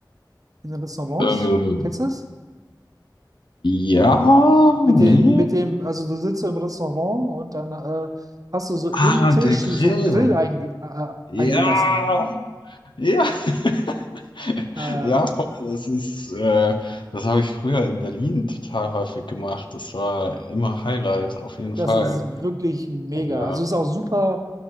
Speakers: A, on the right (about 45°); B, on the left (about 75°).
A: in den Restaurants?
B: Ähm,
A: Kennst du das?
B: ja,
A: Mit
B: nee.
A: den, mit dem, also du sitzt so im Restaurant und dann äh, hast du so im
B: Ah,
A: Tisch
B: der Grill.
A: so einen Grill einge äh,
B: Ja,
A: eingelassen.
B: ja, <laughs>
A: Äh,
B: ja, voll. Das ist, äh, das habe ich früher in Berlin total häufig gemacht. Das war immer Highlight, auf jeden
A: das
B: Fall.
A: ist wirklich mega.
B: Oh ja.
A: Also ist auch super